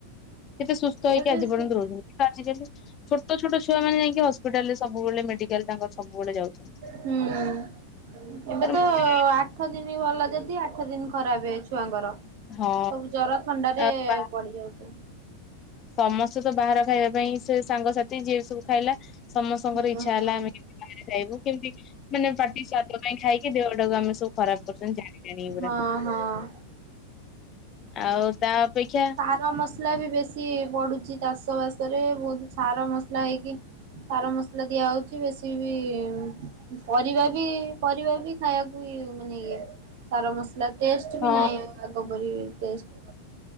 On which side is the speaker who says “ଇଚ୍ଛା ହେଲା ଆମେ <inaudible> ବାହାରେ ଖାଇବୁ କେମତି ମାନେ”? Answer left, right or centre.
Left